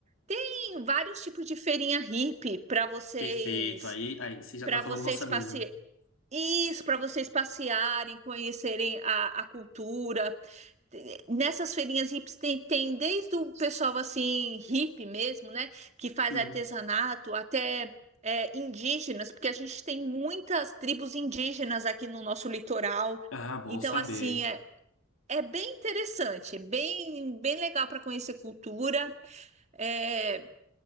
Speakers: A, on the right (about 35°); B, on the left (about 75°).
A: tem vários tipos de feirinha hippie para vocês
B: Perfeito. Aí, aí, você já
A: para
B: tá falando
A: vocês
B: nossa
A: passear.
B: língua.
A: Isso, para vocês passearem, conhecerem a, a cultura. Nessas feirinhas hips tem, tem desde o pessoal assim, hippie mesmo, né? Que faz
B: Sim.
A: artesanato, até é, indígenas, porque a gente tem muitas tribos indígenas aqui no nosso litoral.
B: Ah, bom
A: Então,
B: saber.
A: assim, é, é bem interessante, bem, bem legal para conhecer cultura. É,